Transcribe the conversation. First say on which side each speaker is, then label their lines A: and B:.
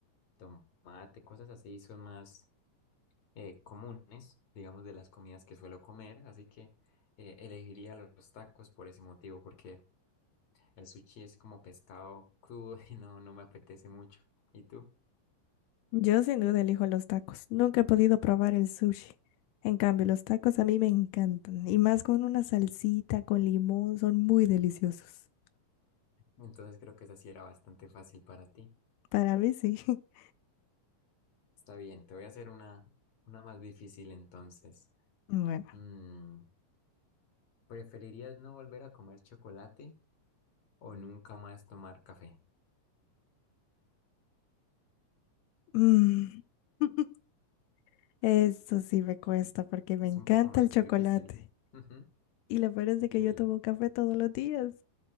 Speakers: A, on the left (about 55°); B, on the left (about 85°).
A: tomate, cosas así, son más eh, comunes, digamos, de las comidas que suelo comer, así que eh, elegiría los tacos por ese motivo, porque el sushi es como pescado crudo <laughs> y no, no me apetece mucho. ¿Y tú?
B: Yo sin duda elijo los tacos. Nunca he podido probar el sushi. En cambio, los tacos a mí me encantan. Y más con una salsita, con limón, son muy deliciosos.
A: Entonces creo que esa sí era bastante fácil para ti.
B: Para mí sí. <laughs>
A: Está bien, te voy a hacer una, una más difícil entonces.
B: Bueno.
A: Mm, ¿preferirías no volver a comer chocolate o nunca más tomar café?
B: mm, <laughs> Eso sí me cuesta porque me
A: Es
B: encanta
A: un poco más
B: el chocolate.
A: difícil. Ujú,
B: Y lo peor es de que
A: Dímelo.
B: yo tomo café todos los días.